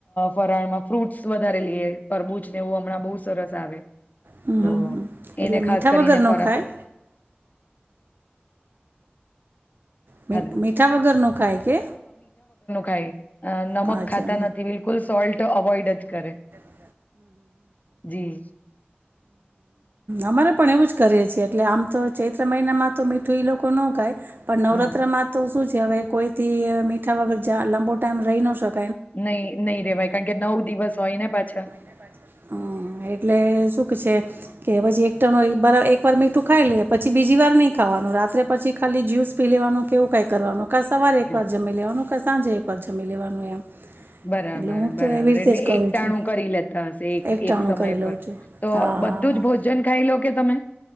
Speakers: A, on the left; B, on the right.
A: ફરાળમાં ફ્રૂટસ વધારે લઈએ, તરબૂચ ને એવું હમણાં બહુ સરસ આવે
B: હમ
A: તો
B: હમ એટલે
A: એને ખાસ
B: મીઠા
A: કરીને
B: વગર
A: કરતય
B: ન ખાય મી
A: હલો.
B: મીઠા વગર નખાાય કે?
A: કઈ અ નમક
B: અચ્છા
A: ખાતા નથી બિલકુલ સોલ્ટ તો અવોઈડ જ કરે
B: હ
A: જી,
B: અમારે પણ એવું જ કરે છે. એટલે આમ તો ચૈત્ર મહિનામાં તો મીઠું એ લોકો ન ખાય પણ નવરાત્રી
A: હમ.
B: માં તો શું છે જે હવે કોઈથી મીઠા વગર ચા લાંબો ટાઈમ રહી ન શકે
A: નહી નહી રેવાય કારણ કે નવ દિવસ હોય ને પાછા
B: હમ એટલે શું કે છે. કે પછી એકટણ એક વાર મીઠું ખાઈ લે. પછી બીજી વાર નઈ ખાવાનું. રાત્રે પછી ખાલી જ્યુસ પી લેવાનું કેવું કઈ કરવાનું કે સવારે એક
A: હા.
B: વાર જમી લેવાનું કે સાંજે જમી લેવાનું એમ
A: બરાબર
B: એટલે હું
A: બરાબર
B: તો એવી રીતે
A: એટલે
B: જ કરું
A: એક ટાણું
B: છું
A: કરી લેતા હ એક
B: એકટાણું
A: એક સમય
B: કરી લઉં
A: પર
B: છું
A: તો
B: હા
A: બધું
B: હા
A: જ ભોજન ખાઈ લો કે તમે